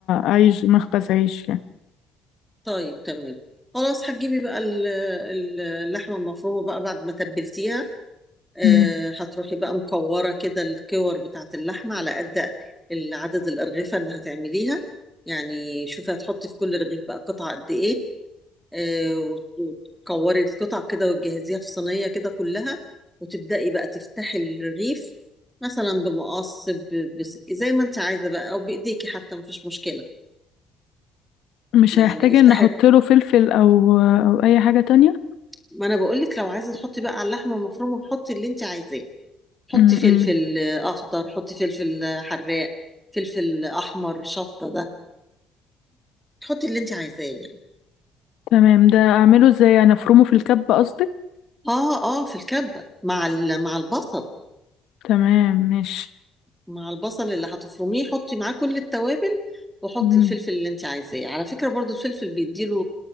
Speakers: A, on the left; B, in the centre.
A: عيش مخبز عيش يعني
B: طيب تمام خلاص هتجيبي بقى ال- ال- اللحمه المفرومه بقى بعد ما تبلتيها آه،
A: مم.
B: هتروحي بقى مكورة كده الكور بتاعة اللحمة على قد عدد الأرغفة اللي هتعمليها يعني شوفي هتحطي في كل رغيف بقى قطعة قد إيه آه، وت- وتكوري القطع كده وتجهزيها في صينية كده كلها وتبدأي بقى تفتحي الرغيف مثلا بمقص ب- بسك... زي ما انت عايزة بقى أو بإيديكي حتى مفيش مشكلة
A: مش
B: يعني
A: هيحتاج
B: افتحي
A: ان احط له فلفل او او اي حاجة تانية
B: ما أنا بقولك لو عايزة تحطي بقى على اللحمة المفرومة حطي اللي انت عايزاه
A: امم
B: حطي فلفل اخضر حطي فلفل حراق فلفل احمر شطه ده تحطي اللي انت عايزاه يعني
A: تمام ده اعمله ازاي يعني افرمه في الكب قصدك
B: اه اه في الكبه مع ال- مع البصل
A: تمام ماشي
B: مع البصل اللي هتفرميه حطي معاه كل التوابل وحطي
A: مم.
B: الفلفل اللي انت عايزاه على فكره برضو الفلفل بيديله